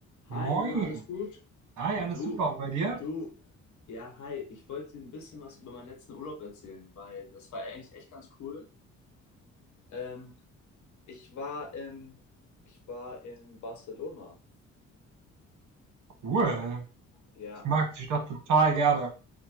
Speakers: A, on the left; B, on the right.
A: Hi,
B: Moin.
A: na, alles gut?
B: Hi, alles
A: Du,
B: super. Und bei dir?
A: du, ja, hi. Ich wollte dir ein bisschen was über meinen letzten Urlaub erzählen, weil das war eigentlich echt ganz cool. Ähm, ich war in, ich war in Barcelona.
B: Cool.
A: Ja.
B: Ich mag die Stadt total gerne.